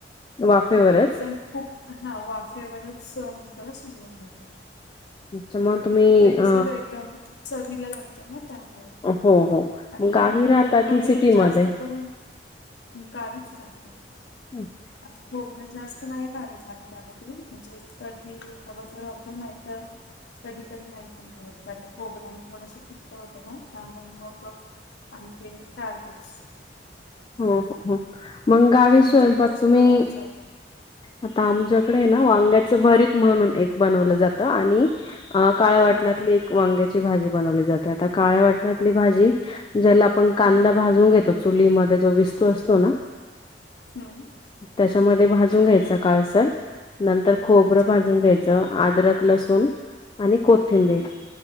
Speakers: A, on the left; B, on the left.
A: वाफेवरच
B: एकदम खूप हा वाफेवरच म्हणजे त्याला शिजऊन घेतो.
A: अच्छा मग तुम्ही
B: ते कस
A: अ
B: एकदम चवीला लागतं ना त्यामुळे.
A: हो हो
B: आणि
A: मग गावी राहता
B: खोबरं
A: की
B: आम्ही
A: सिटीमध्ये
B: जास्त करून गावीच राहते.
A: हां.
B: आणि खोबरं जास्त नाही का आलतो आम्ही त्यामध्ये म्हणजे कदी हवं तर रातो नाहीत कधी कधी नाही पण घालत, कारण खोबराने आणि थोडसं पित्त होतं ना. तबार मोग आणि ते टारगटऽ
A: हो, हो, हो मग गावी
B: तुमच्याकडे
A: स्वयंपाक
B: कसे
A: तुम्ही,
B: बनवले जाते?
A: आता आमच्याकडे आहे ना,
B: हो
A: वांग्याऽ च भरीत म्हणून एक बनवलं जात, आणि काळ वाटणातलीऽ
B: हा
A: वांग्याची भाजी बनवली जाते, आता काळ्या वाटणातली भाजी, ज्याला आपण कांदा
B: हम्म
A: भाजून घेतो. चुलीमध्ये जो विस्तव असतो ना,
B: हम्म,
A: त्याच्यामध्ये भाजून घ्यायच
B: त्या
A: काळसर नंतर खोबरं
B: अच्छा
A: भाजून घ्यायचं च अदरक, लसूण, आणि कोथिंबीर,
B: हम्म